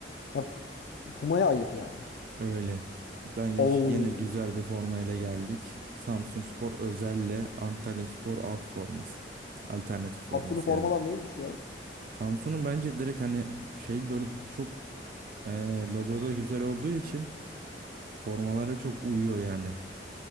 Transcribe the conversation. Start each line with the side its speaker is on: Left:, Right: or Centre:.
Left: Ya Puma'ya ayıp yani.
Right: <laughs> Öyle. Bence
Left: Oo.
Right: ş- yine güzel bir formayla geldik. Samsunspor özelle Antalyaspor alt forması. Alternatif forması
Left: Samsun'un formalar
Right: yani.
Left: neymiş ya?
Right: Samsun'un bence direkt hani şey böyle çok Ee, logo da güzel olduğu için formalara çok uyuyor yani.